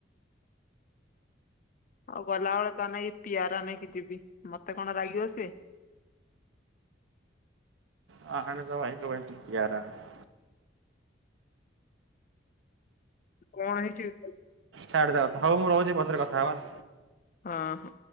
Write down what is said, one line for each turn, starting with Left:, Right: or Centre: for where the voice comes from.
Left: ଆଉ ଗଲାବେଳେ ତା ନାଗି ପିଆରା ନେଇକି ଯିବି ମତେ କଣ ରାଗିବ ସିଏ।
Right: ଅ ହ ଆଣେ ତ ମାଇକ୍ ବଜୁଛି ଆରାମ ର
Left: କଣ ହେଇଛି?
Right: ଛାଡ଼େ ତା କଥା ହେଉ ମୁଁ ରହୁଛି ପଛରେ କଥା ହେବା।
Left: ହଁ ହ।